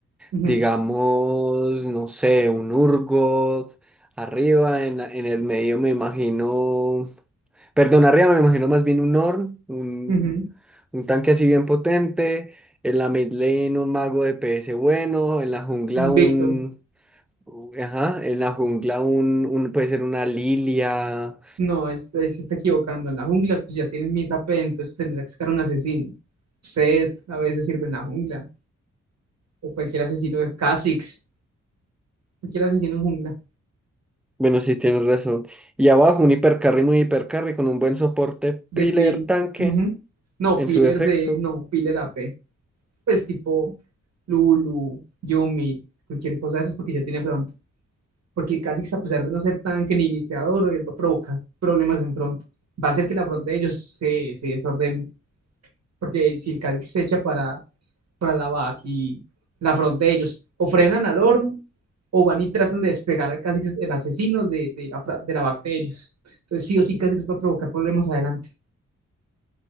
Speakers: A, on the right; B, in the centre.
A: Ujú,
B: digamos, no sé, un Urgot, arriba, en, la- en el medio me imagino, perdón, arriba me imagino más bien un Ornn, un,
A: ujú.
B: un tanque así bien potente, en la mid lane un mago de PS bueno, en la jungla
A: Un
B: un,
A: Víctor.
B: ajá, en la jungla un, un puede ser una Lilia.
A: No, es, es- se está equivocando. En la jungla pues ya tienen mitad P, entonces tendrá que sacar un asesino. Zed a veces sirve en la jungla. O cualquier asesino de Kha'Zix. Cualquier asesino en jungla.
B: Bueno, sí, tienes razón. Y abajo un hipercarry muy hipercarry con un buen soporte
A: de
B: piler
A: Pil.
B: tanque
A: ujú. No,
B: en
A: pillar
B: su defecto.
A: de. No, pillar a p Pues tipo Lulu, yumi cualquier cosa de esas porque ya tiene front. Porque Kha'Zix, a pesar de no ser tan que ni iniciador, él va a provocar problemas en front. Va a hacer que la front de ellos se, se desordene. Porque si el Kha'Zix se echa para, para la back y la front de ellos, o frenan al Orm, o van y tratan de despegar al Kha'Zix, el asesino de, de la, fra- de la back de ellos. Entonces, sí o sí, Kha'Zix va a provocar problemas adelante.